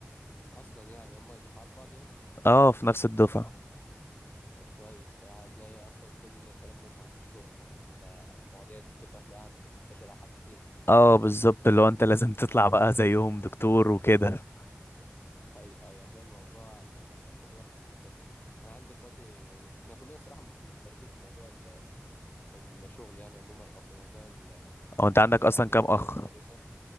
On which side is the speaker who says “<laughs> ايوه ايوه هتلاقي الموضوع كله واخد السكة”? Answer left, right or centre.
Left